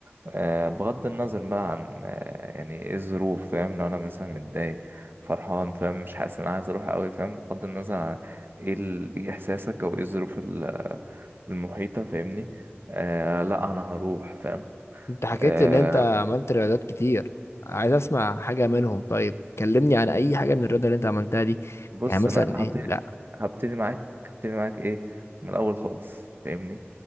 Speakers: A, on the right; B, on the left.
A: آه، بغض النظر بقى عن آه، يعني ايه الظروف فاهم لو انا مثلا متضايق فرحان فاهم مش حاسس ان انا عايز اروح قوي فاهم بغض النظر عن ايه ال- إيه احساسك او ايه الظروف ال- المحيطة فاهمني آه لا انا هروح فاهم
B: أنت حكيت
A: آه
B: لي إن أنت عملت رياضات كتير عايز أسمع حاجة منهم طيب كلمني عن أي حاجة من الرياضة اللي أنت عملتها دي
A: بص
B: يعني مثلا
A: انا هبتدي
B: إيه لا
A: هبتدي معاك هبتدي معاك ايه من الاول خالص فاهمني